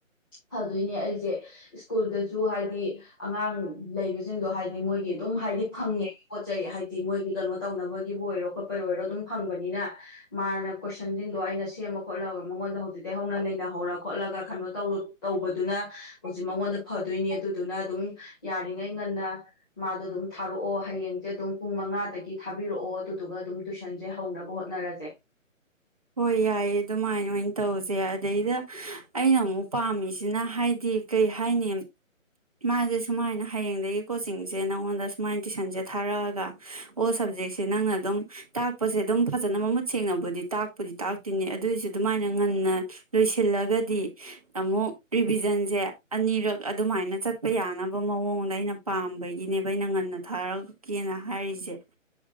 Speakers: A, on the left; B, on the right.
A: ꯐꯗꯣꯏꯅꯦ ꯑꯩꯖꯦ ꯁ꯭ꯀꯨꯜꯗꯖꯨ ꯍꯥꯏꯗꯤ ꯑꯉꯥꯡ ꯂꯩꯕꯖꯤꯡꯗꯣ ꯍꯥꯏꯗꯤ ꯃꯣꯏꯒꯤ ꯑꯗꯨꯝ ꯍꯥꯏꯗꯤ ꯐꯪꯉꯦ ꯄꯣꯠ ꯆꯩꯩ ꯍꯥꯏꯗꯤ ꯃꯣꯏꯒꯤ ꯀꯩꯅꯣ ꯇꯧꯅꯕꯒꯤꯕꯨ ꯑꯣꯏꯔꯣ ꯈꯣꯠꯄꯕꯨ ꯑꯣꯏꯔꯣ ꯑꯗꯨꯝ ꯐꯪꯕꯅꯤꯅ ꯃꯥꯅ ꯀꯣꯏꯁꯟꯒꯤꯡꯗꯣ ꯑꯩꯅ ꯁꯦꯝꯃ ꯈꯣꯠꯂꯒ ꯃꯉꯣꯟꯗ ꯍꯧꯖꯤꯛꯇꯇꯩ ꯍꯧꯅ ꯅꯩꯅꯍꯧꯔ ꯈꯣꯠꯂꯒ ꯀꯩꯅꯣ ꯇꯧꯕꯗꯨꯅ ꯍꯧꯖꯤꯛ ꯃꯉꯣꯟꯗ ꯐꯗꯣꯏꯅꯤ ꯑꯗꯨꯗꯨꯅ ꯑꯗꯨꯝ ꯌꯥꯔꯤꯉꯩ ꯉꯟꯅ ꯃꯥꯗꯣ ꯑꯗꯨꯝ ꯊꯥꯔꯛꯑꯣ ꯍꯌꯦꯡ ꯁꯦ ꯑꯗꯨꯝ ꯄꯨꯡ ꯃꯉꯥꯗꯒꯤ ꯊꯥꯕꯤꯔꯛꯑꯣ ꯑꯗꯨꯗꯨꯒ ꯑꯗꯨꯝ ꯇꯨꯏꯁꯟꯖꯦ ꯍꯧꯅꯕ ꯍꯣꯠꯅꯔꯖꯦ
B: ꯍꯣꯏ ꯌꯥꯏꯌꯦ ꯑꯗꯨꯃꯥꯏꯅ ꯑꯣꯏꯅ ꯇꯧꯖꯦ ꯑꯗꯩꯗ ꯑꯩꯅ ꯑꯃꯨꯛ ꯄꯥꯝꯃꯤꯁꯤꯅ ꯍꯥꯏꯗꯤ ꯀꯩ ꯍꯥꯏꯅꯤ ꯃꯥꯖꯦ ꯁꯨꯃꯥꯏꯅ ꯍꯌꯦꯡꯗꯒꯤ ꯀꯣꯆꯤꯡꯖꯦ ꯅꯪꯉꯣꯟꯗ ꯁꯨꯃꯥꯏꯅ ꯇꯨꯏꯁꯟꯖꯦ ꯊꯥꯔꯛꯑꯒ ꯑꯣꯜ ꯁꯕꯖꯦꯛꯁꯦ ꯅꯪꯅ ꯑꯗꯨꯝ ꯇꯥꯛꯄꯖꯦ ꯑꯗꯨꯝ ꯐꯖꯅ ꯃꯃꯨꯠ ꯁꯦꯡꯅꯕꯨꯗꯤ ꯇꯥꯛ ꯄꯨꯕꯨꯗꯤ ꯇꯥꯛꯇꯣꯏꯅꯦ ꯑꯗꯨꯑꯣꯏꯁꯨ ꯑꯗꯨꯃꯥꯏꯅ ꯉꯟꯅ ꯂꯣꯏꯁꯤꯜꯂꯒꯗꯤ ꯑꯃꯨꯛ ꯔꯤꯚꯤꯖꯟꯁꯦ ꯑꯅꯤꯔꯛ ꯑꯗꯨꯃꯥꯏꯅ ꯆꯠꯄ ꯌꯥꯅꯕ ꯃꯑꯣꯡꯗ ꯑꯩꯅ ꯄꯥꯝꯕꯒꯤꯅꯦꯕ ꯑꯩꯅ ꯉꯟꯅ ꯊꯥꯔꯛꯀꯦꯅ ꯍꯥꯏꯔꯤꯁꯦ